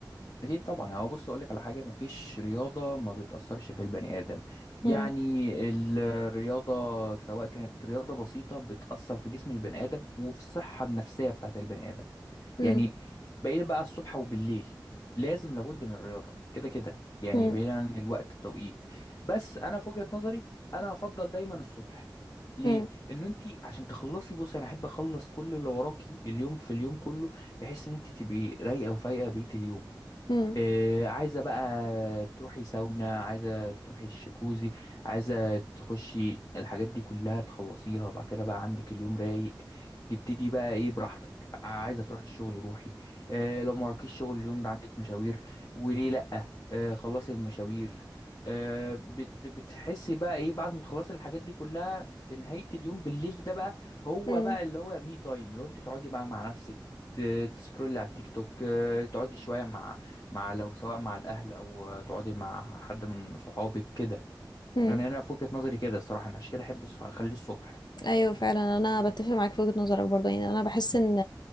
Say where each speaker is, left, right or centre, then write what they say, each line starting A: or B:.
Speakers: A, on the left; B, on the left.
A: اكيد طبعا هو بص اقول لك على حاجه مفيش رياضه ما بتاثرش في البني ادم يعني
B: مم.
A: الرياضه سواء كانت رياضه بسيطه بتاثر في جسم البني ادم وفي الصحه النفسيه بتاعت البني ادم
B: مم.
A: يعني بقيت بقى الصبح وبالليل لازم لابد من الرياضه كده كده يعني
B: مم.
A: بعيد عن الوقت التوقيت بس انا في وجهه نظري انا افضل دايما الصبح ليه
B: مم.
A: ان انت عشان تخلصي بصي انا احب اخلص كل اللي وراكي اليوم في اليوم كله بحيث ان انت تبقي رايقه وفايقه بقيه اليوم
B: مم.
A: إيه، عايزة بقى تروحي ساونا عايزة تروحي الشكوزي عايزة تخشي الحاجات دي كلها تخلصيها بعد كده بقى عندك اليوم رايق تبتدي بقى ايه براحتك عايزة تروحي الشغل روحي إيه لو ما وراكيش شغل اليوم ده عندك مشاوير وليه لأ إيه خلصي المشاوير إيه بت بتحسي بقى ايه بعد ما تخلصي الحاجات دي كلها في نهاية اليوم بالليل ده بقى هو
B: مم.
A: بقى اللي هو مي تايم لو انت تقعدي بقى مع نفسك ت- تسكرولي على التيك توك آه، تقعدي شوية مع مع لو سواء مع الأهل أو تقعدي مع حد من صحابك كده
B: مم.
A: يعني أنا في وجهة نظري كده الصراحة أنا عشان كده أحب الص- أخليه الصبح
B: ايوه فعلا انا بتفق معاك في وجهة نظرك برضه يعني انا بحس ان